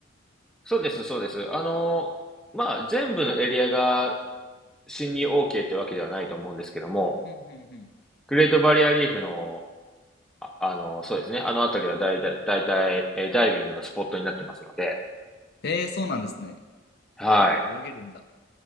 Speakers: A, in the centre; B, on the left.
A: そうです、そうです。あのーまあ、全部のエリアが侵入 OK ってわけではないと思うんですけども、
B: うん、うん、うん。
A: グレートバリアリーフのああの、そうですね。あの辺りはだいたい、だいたい、えーダイビングのスポットになってますので、
B: えー、そうなんですね。
A: はい。
B: 泳げるんだ。